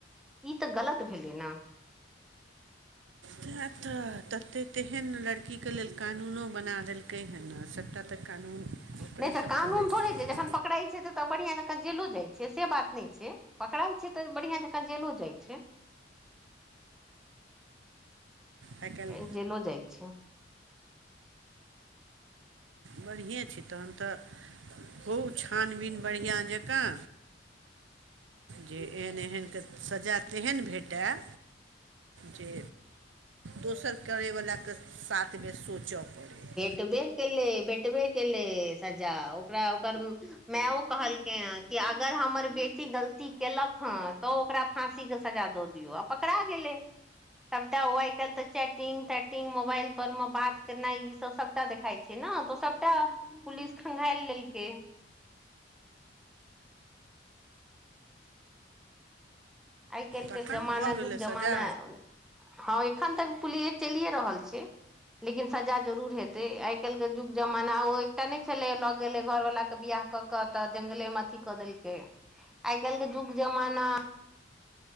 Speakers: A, in the centre; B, on the right (about 85°).
A: ई ते गलत भेल ना
B: तऽ तते तेहन लड़कीके लेल कानूनो बना देलकै हेँ सभटा तऽ कानून ओकरे
A: नहि तऽ
B: सभके
A: कानून
B: लेल
A: थोड़े
B: अछि
A: छैय जखन पकड़ा छैय त तऽ बढ़ियाक जेलो जाइ छै से बात नहि छैय पकड़ाइ छैय तऽ बढ़िआं जकाँ जेलो जाइ छैय।
B: आइ काल्हि
A: अ जेलो जाइ छैय।
B: बढ़िएँ छैय तखन तऽ को छानबीन बढ़िआँ जँकाँ जे एहन एहने सजा तेहन भेटय जे दोसर करयवलाके साथमे सोचय पड़ैए
A: टबे केलै भटबे केलै सजा ओकरा ओकर मेओ कहलकै ह अगर हमर बेटी गलती केलक हँ तऽ ओ ओकरा फाँसीके सजा दऽ दियौ आ पकड़ा गेलै। सबटा आइ काल्हि तऽ चैटिंग तैटिंग मोबाइल पर मे बात केना ई सब सबटा देखाई छैय ने तऽ सबटा पुलिस खंघायल लेलकै <inaudible> आई काल
B: तखन
A: के जमाना
B: भऽ गेलै
A: जुग जमाना
B: सजा
A: ह इ एखन तक पुलि चलिए रहल छैय। लेकिन सजा जरूर हेतै आइ काल्हि के युग जमाना ओ एकटा नहि छलै लऽ गेलै घरवालाक के बियाह कऽ क तऽ जंगले मे अथी कऽ देलकै आइ काल्हि के युग जमाना